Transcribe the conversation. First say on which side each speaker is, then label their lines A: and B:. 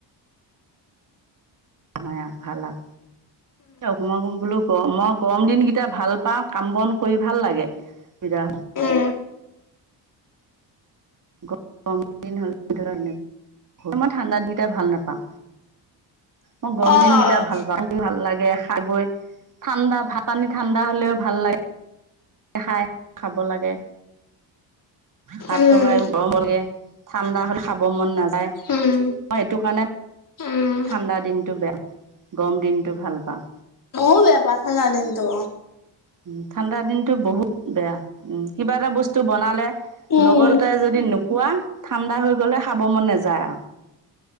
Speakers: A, on the right; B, on the left.
A: বই আও, ভাল আও। অকণমান বোলো গৰত গৰম দিনকেইটা ভাল পাওঁ। কাম -বন কৰি ভাল লাগে। হিজা
B: উম,
A: গৰম দিন হ'লে এইটো এটা এনেক্‌ মই ঠাণ্ডা দিনকেইটা ভাল নাপাওঁ। <unintelligible> মই গৰম
B: অ'
A: দিন কেইটা ভাল পাওঁ। মুখ ধুই ভাল লাগে? খাই- বৈ। ঠাণ্ডা, ভাত -পানী, ঠাণ্ডা হ'লেও ভাল লাগে। হে ষাই, <unintelligible> খাব লাগে। ভাতটো
B: উম,
A: খাইও গৰম লাগে। ঠাণ্ডা হ'লে খাব মন নাযায়।
B: উম,
A: মই এইটো কাৰণে
B: উম,
A: ঠাণ্ডা দিনটো বেয়া, গৰম দিনটো ভাল পাওঁ।
B: মওঁ বেয়া পাওঁ ঠাণ্ডাদিনটো।
A: ওঁ ঠাণ্ডা দিনটো বহুত বেয়া। উম, কিবা এটা বস্তু বনালে
B: উম,
A: লগলতাই যদি নোখোৱা ঠাণ্ডা হৈ <unintelligible> গ'লে খাব মন নাযায় আও।